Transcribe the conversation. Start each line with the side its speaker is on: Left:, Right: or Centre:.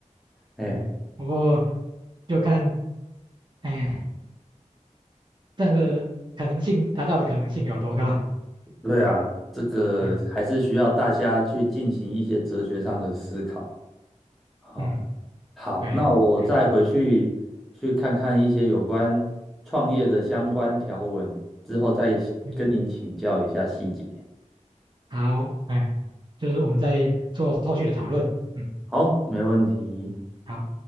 Centre: 哎，
Right: 嗯，不过就看，哎，这样的可能性达到的可能性有多高？
Centre: 对啊，这个还是需要大家去进行一些哲学上的思考。
Right: 嗯
Centre: 好，
Right: 嗯，
Centre: 好，
Right: 对呀，
Centre: 那我再回去去看看一些有关创业的相关条文，
Right: 哎
Centre: 之后再跟您请教一下细节。
Right: 嗯，好，哎，就是我们再做后续的讨论。嗯，
Centre: 好，没问题。
Right: 好。